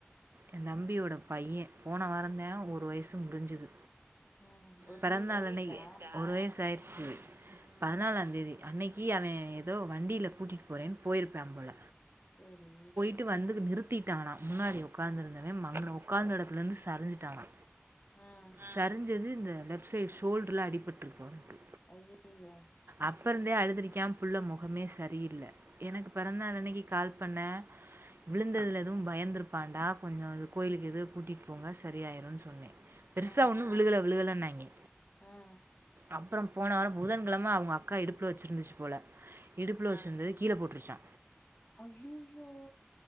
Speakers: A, on the right; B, on the left.
A: ஏ தம்பியோட பையே போன வாரோந்தே ஒரு வயசு முடிஞ்சது
B: ம் ஒரு
A: பிறந்த
B: வயசு
A: நாள்
B: ஆயிச்சா
A: அன்னக்கி ஒரு வயசு ஆயிர்ச்சி
B: ம்
A: பதினாலாந்தேதி அன்னக் கி அவே ஏதோ வண்டில கூட்டிட்டு போறேன்னு போயிருப்பா போல
B: சேரி
A: போயிட்டு வந்து நிறுத்திட்டானா முன்னாடி ஒக்காந்திருந்தவே
B: அ
A: அங்குன ஒக்காந்த எடத்துல இருந்து சரிஞ்சிட்டானா
B: ம்
A: சரிஞ்சது இந்த லெப்ட் சைடு ஷோல்டர்ல அடிபட்ருக்கு அவனுக்கு
B: ஐயையோ
A: அப்ப இருந்தே அழுதிரிக்கா புள்ள மொகமே சரியில்ல எனக்கு பிறந்தாள் அன்னக்கி கால் பண்ண விழுந்ததுல எதுவு பயந்திருப்பாண்டா கொஞ்சோ கோயிலுக்கு எதுவு கூட்டிட்டு போங்க சரியாயிருன் சொன்னே பெருசா
B: அ
A: ஒண்ணு விழுகல விழுகலனாங்க
B: ஆ
A: அப்பறோ போன வாரோ புதன்கெழம அவுங்க அக்கா இடுப்புல வச்சிருந்துச்சி போல இடுப்புல வச்சி ருந்தது கீழ போட்ருச்சா
B: அய்யய்யோ